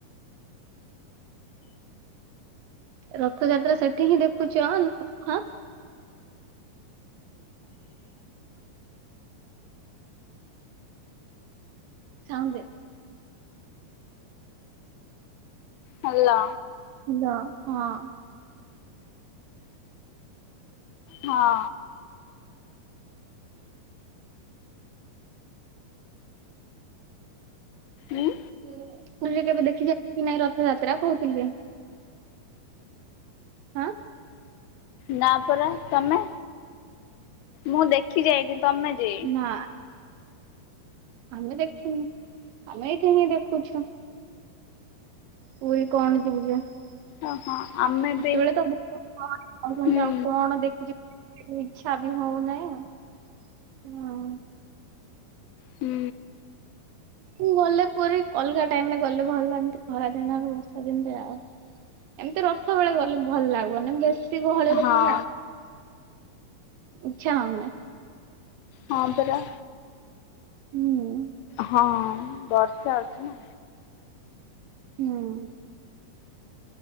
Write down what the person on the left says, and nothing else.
ହାଲୋ।
ହଁ। ଉଁ
ନା ପରା ତମେ? ମୁଁ ଦେଖି ଯାଇଛିି ତମେ ଯେ
ଓହୋ ଆମେ ବି
ହୁଁ
ହୁଁ।
ହଁ
ହଁ ପରା।
ହଁ ବର୍ଷା ଅଛି ନା